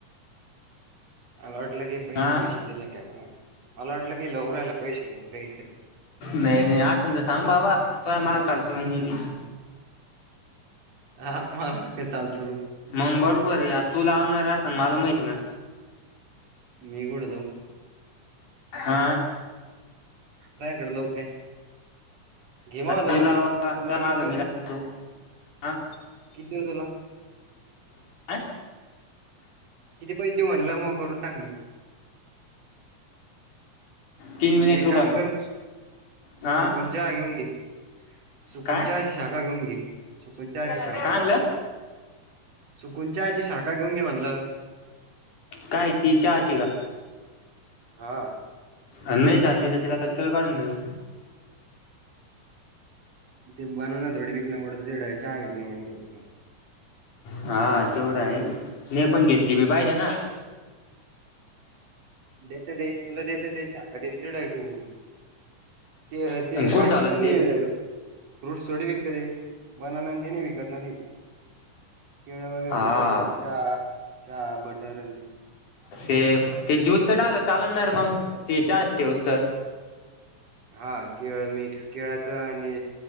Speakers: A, on the right; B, on the left.
A: मला वाटलं की पैसे
B: हा
A: बीइशे दिले काय तुम्ही मला वाटलं की लावून रायला पैसे देऊन काहीतरी.
B: नाही नाही असन तर सांग बाबा तोया माग चालतो मंग मी बी.
A: आ हा चालतो <unintelligible>
B: मंग बरोबर आहे आ तू लावणार असन मला माहित ना,
A: मी कुठं लाऊ.
B: आ,
A: मायाकडं लावू काय, घे म लावून
B: तुला
A: मग तुला
B: माग
A: किती देऊ?
B: मी लागतो हा
A: किती देऊ तुला?
B: काय
A: किती पैसे देऊ म्हणलं मय भरून टाकन.
B: तीन मिनिट
A: एक
B: रुका
A: काम कर सु
B: हा
A: सुकून चहा घेऊन घे. सुकुन
B: काय
A: चहा ची शाखा घेऊन घे. सुकुन चहाची
B: काय
A: ठाखा
B: आणलं
A: सुकुंन चहाची शाखा घेऊन घे म्हणलं.
B: काय ची चहा ची का?
A: हा,
B: अ नाही चालली तर तिला का केळ काढून देऊ.
A: ते बनवन थोडं विकनं पडतं ते <unintelligible>
B: हा तेवढा आहे. तिने पण घेतली बी पाहिजे ना,
A: देत दे तुला देत दे <unintelligible> क
B: कुठं
A: ते बाकीच
B: चालन ते
A: नाही फ्रूट थोडी विकते ते. बनाना न ते नाही विकत ती. केळ वगैरे
B: हा
A: थोडे विकते ते चहा चहा बटर अनते
B: सेफ ते ज्यूसचा टाकलं चाललणारे मग ते चहा ठेऊस तरं-
A: हा केळ मिक्स केळच आणि